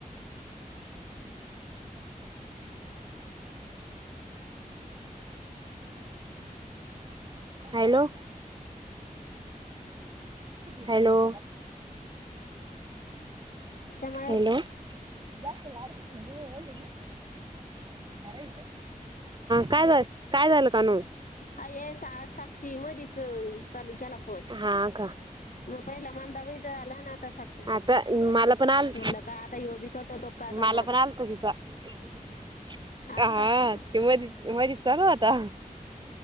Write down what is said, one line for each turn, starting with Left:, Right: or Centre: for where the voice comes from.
Right: हॅलो. हॅलो.
Left: घरच्या माळ्यात
Right: हॅलो जातलाू ना. हरयच. काय झा काय झालं कानून.
Left: हा ये सा साक्षी मधच चालू केला फोन.
Right: हा का
Left: म पहिला मग. आताी तर आला ना आता साक्षीचा
Right: आता मला
Left: म्हणटलं
Right: पण आल
Left: काय आता य बी कट होतो काय काणू
Right: मला
Left: आता.
Right: पण आलत हा
Left: आलता का
Right: ते म मध्ये चालू आता.